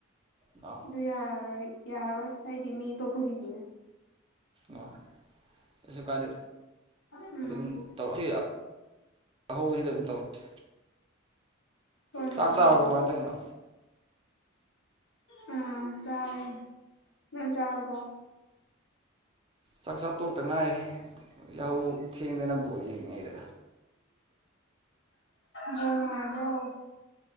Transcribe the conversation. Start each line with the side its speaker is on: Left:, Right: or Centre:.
Right: ꯗꯥ
Left: ꯑꯗꯨ ꯌꯥꯔꯤ ꯌꯥꯔꯔꯣꯏ ꯍꯥꯏꯗꯤ ꯃꯤ ꯑꯇꯣꯞꯄꯒꯤꯅꯤꯅ
Right: ꯑꯣ ꯀꯩꯁꯨ ꯀꯥꯏꯗꯦ
Left: ꯎꯝ
Right: ꯑꯗꯨꯝ ꯇꯧꯔꯛꯁꯤ ꯑꯍꯧꯕꯖꯤꯗ ꯑꯗꯨꯝ ꯇꯧꯔꯁꯤ
Left: ꯍꯣꯏ
Right: ꯆꯥꯛ
Left: ꯍꯣꯏ
Right: ꯆꯥꯕ
Left: ꯎꯝ
Right: ꯀꯃꯥꯏꯇꯩꯅꯣ
Left: ꯎꯝ ꯆꯥꯔꯦ ꯅꯪ ꯆꯥꯔꯕꯣ
Right: ꯆꯥꯛꯆꯥꯥ ꯇꯣꯛꯇ ꯉꯥꯏꯔꯦ ꯌꯥꯍꯧ ꯊꯦꯡꯗꯅ ꯕꯣꯜ ꯌꯦꯡꯤꯉꯩꯗ
Left: ꯖꯣꯡ ꯅꯨꯉꯥꯏꯕ꯭ꯔꯣ